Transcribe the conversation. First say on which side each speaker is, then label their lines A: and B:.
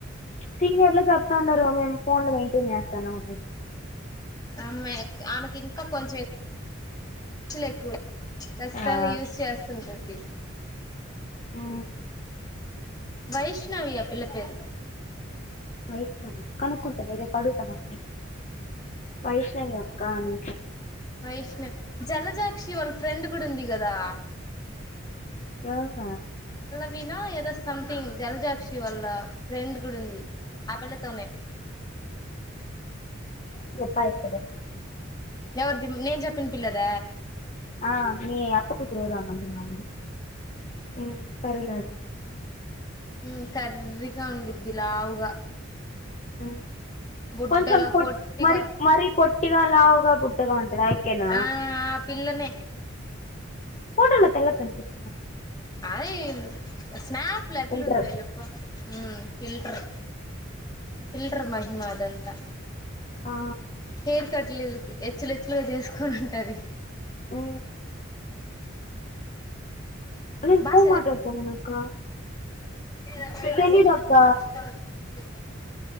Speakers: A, on the left (about 35°); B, on the left (about 20°).
A: సీనియర్లా జాబ్ తాంటారు మేమ్ ఫోన్ లో మెంటేన్ చేస్తా మన
B: ఆమె ఆమెకి ఇంకా కొంచెంలు ఎక్కువ ఖచ్చితంగా
A: ఆ
B: యూజ చేస్తుంటది
A: ఉమ్
B: వైష్ణవ్య పిల్ల పేరు
A: వైష్ణవి కనుక్కుంటేనే రేపు అడుగుతాం వైష్ణవి అక్క అనే
B: వైష్ణవ జలజాక్షి వాళ్ళ ఫ్రెండ్ కూడా ఉంది కదా
A: ఎవరా
B: వినో ఏదో సమంతింగ్ జల్జాక్షి వల్ల ఫ్రెండ్ కూడా ఉంది ఆపలతోనే
A: పయపద
B: ఎవరిది నేం చెప్పిన పిల్లద
A: ఆ మీ అత్త కూతురు ఎవరో అన్నం తినవని మ్ సరేలే అడుగుతా
B: మ్ కర్రిగా ఉండిది లావుగా
A: మ్
B: బుడ్డగా
A: కొంచెం పొ
B: పొట్టిగా
A: మరి మరి పొట్టిగా లావుగా బుడ్డ గా ఉంటుంది ఆ యెక్కేన
B: ఆ ఆ పిల్లనే
A: ఫోటోలో తెల్లగా కనిపిచిందక్క
B: ఆ ఎంద్ స్నాప్ ప్లట్లు
A: ఫిల్టర్
B: ఉంటాయి చెప్ప మ్ ఫిల్టర్ ఫిల్టర్ మహిమ అదంతా
A: ఆ
B: హేర్ కట్ల ఎదుగు హేచ్లెచ్చ ఎక్స్ రే చేసుకొని ఉంటాది
A: ఉ నేను
B: బాగా
A: ఫోన్ మాట్లాడతానాను అక్క
B: మెసేజ్
A: తెలీదు అక్క
B: తీయాల <unintelligible>